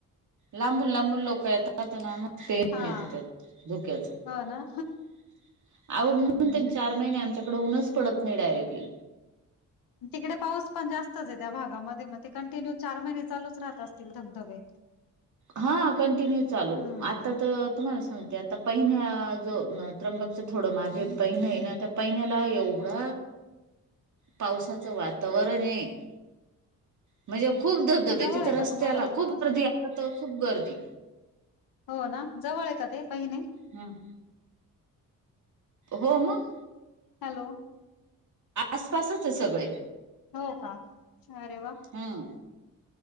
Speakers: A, on the right; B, on the left.
A: लांबून लांबून लोक येतात ना, म ते येत
B: हा
A: त्यात धोक्याच अहो
B: हो ना
A: म्हणून
B: हम्म.
A: त्यांनी चार महिने आमच्याकडे ऊनच पडत नाही डायरेक्टली
B: तिकडे पाऊस पण जास्तच आहे, त्या भागामध्ये मग? कंटिन्यू चार महिने चालूच राहत, असतील धबधबे?
A: हा कंटिन्यू चालू,
B: हम्म
A: आता तर तुम्हाला सांगते, आता पहिन जो त्र्यंबकच थोडं मागे पहिन येना महिन्याला एवढ
B: <inaudible>
A: पावसाचं वातावरण आहे. म्हणजे खूप धबधबे
B: हे जवळ
A: तिथ,
B: आहे
A: रस्त्याला
B: का तुम्हाला तिकडून
A: खूप गर्दी आला तर खूप गर्दी
B: हो ना, जवळ य ते बहिने
A: हम्म. हो मंग.
B: हॅलो..
A: आसपासच आहे सगळे.
B: हो का? अरे! वा.
A: हम्म